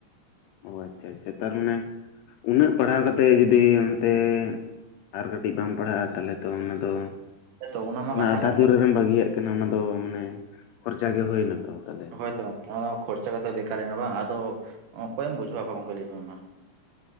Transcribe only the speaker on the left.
ᱚ ᱟᱪᱪᱷᱟ ᱟᱪᱪᱷᱟ ᱛᱟᱨᱢᱟᱱᱮ ᱩᱱᱟᱹᱜ ᱯᱟᱲᱦᱟᱣ ᱠᱟᱛᱮᱫ ᱡᱩᱫᱤ ᱚᱱᱛᱮᱼᱼ ᱟᱨ ᱠᱟᱹᱴᱤᱡ ᱵᱟᱢ ᱯᱟᱲᱦᱟᱜᱼᱟ ᱛᱟᱦᱚᱞᱮ ᱛᱚ ᱚᱱᱟ ᱫᱚ
ᱚᱱᱟ
ᱟᱫᱷᱟ
ᱫᱩᱨ
ᱨᱮᱢ ᱵᱟᱹᱜᱤᱭᱟᱜᱼᱼ ᱚᱱᱟ ᱫᱚ ᱢᱟᱱᱮ ᱠᱷᱚᱨᱪᱟ ᱜᱮ ᱦᱩᱭᱱᱟ ᱛᱚ ᱛᱟᱞᱦᱮᱼᱼ